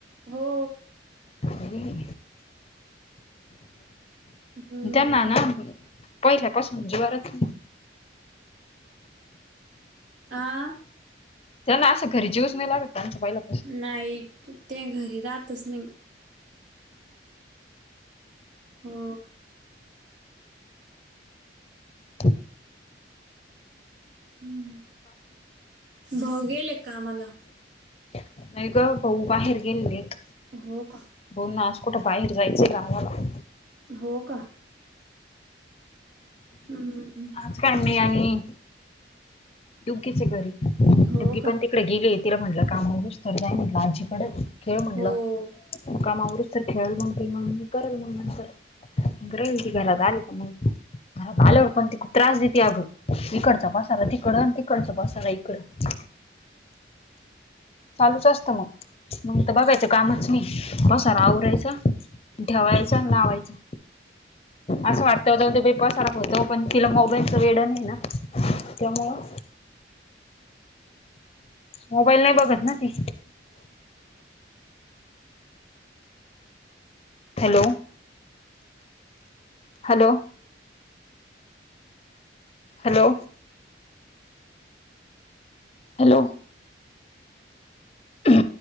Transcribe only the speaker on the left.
हं.
त्यांना ना पहिल्या पासून जीवारच नाही.
त्यांना असं घरी जीवच नाही लागतं त्यांचा पहिल्या
हं.
नाही ग भाऊ बाहेर गेलेलेत.
बोल ना आज कुठं बाहेर जायचं ग आम्हाला.
आज काय मी आणि डूग्गीचे घरी डूग्गी
पण तिकड गेली तिला म्हटलं काम होउस तर जाय म्हटलं आजीकड. खेळ म्हणटलं
काम आवरूस्तर खेळेल मग ती मग मी करल मग नंतर. राहिल ती घरात आली का मग. घरात आल पण ती खूप त्रास देती आग इकडचा पासारा तिकडं. इकड आणि तिकडचा पसारा इकडं चालूच असतं मग. मग तर बघायचं कामच नाही पसारा आवरायचा. ठेवायचा ना लावायचा. असं वाटतं जाऊ दे बाई पसारा होतो पण तिला मोबाईलचं वेड नाही ना. त्यामुळं मोबाईल नाही बघत नाती. Hello hello. हॅलो. हॅलो. हॅ